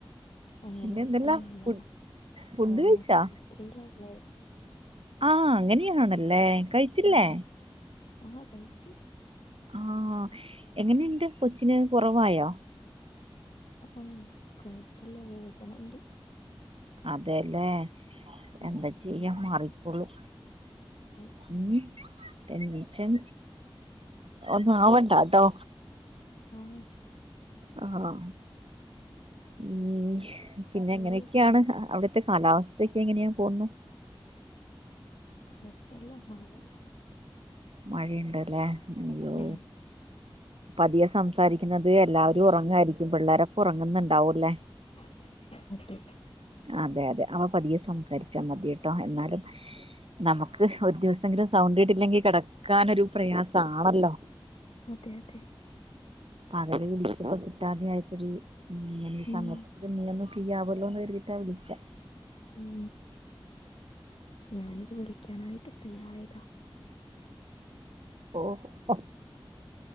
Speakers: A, on the left; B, on the right.
A: അങ്ങനെ
B: പിന്നെ
A: കിട്ടോന്നുല്ല
B: എന്തെല്ലാം ഫുഡ് ഫുഡ്
A: ഞാനാശുപത്രിയില
B: കഴിച്ചാ
A: ള്ളേ.
B: ആഹ് അങ്ങനെയാണല്ലേ കഴിച്ചില്ലേ.
A: ആഹ് ആഹ് കയിച്ച്.
B: ആഹ് എങ്ങനിണ്ട് കൊച്ചിന് കുറവായോ.
A: ആഹ് കൊഴപ്പല്ല വേദനണ്ട്.
B: അതെ ലേ
A: ഉം
B: എന്താ ചെയ്യാ മാറിക്കൊളും.
A: അതെ
B: ഉം ടെൻഷൻ. ഒന്നു ആവണ്ട ട്ടോ.
A: ആഹ്.
B: ആഹ് ആഹ്. ഉം പിന്നെങ്ങനെക്ക്യാണ്
A: ചോറെയ്ച്ചോ
B: അ അവിടത്തെ. കാലാവസ്ഥക്കെങ്ങനെയ പോന്നു.
A: കൊഴപ്പല്ല മഴണ്ടയ്.
B: മഴയിണ്ട് ലേ <unintelligible> യോ.
A: ഉം
B: പതിയെ സംസാരിക്കുന്നത് എല്ലാവാരും ഉറങ്ങായിരിക്കും പിള്ളാരൊക്കെ ഉറങ്ങുന്നുണ്ടാവൂല്ലേ.
A: അതെ.
B: അതെ അതെ അവ പതിയെ സംസാരിച്ചാൽ മതി കേട്ടോ എന്നാലും നമുക്ക് ഒരു ദിവസെങ്കിലും സൗണ്ട്. ഇട്ടില്ലെങ്കി കെടക്കാനൊരു പ്രയാസാണല്ലോ.
A: അതെ അതെ
B: പകല് വിളിച്ചപ്പോ കിട്ടാതെയായപ്പഴ് ഞാൻ ഈ
A: ഉം
B: സമയത്ത് നീ ഒന്ന്. ഫ്രീ ആവല്ലോന്ന് കരുതിട്ടാ വിളിച്ചേ.
A: ഉം ഞാനിത് വിളിക്ക്യാനായിട്ട് ഫ്രീയായതാ.
B: ഓഹോ.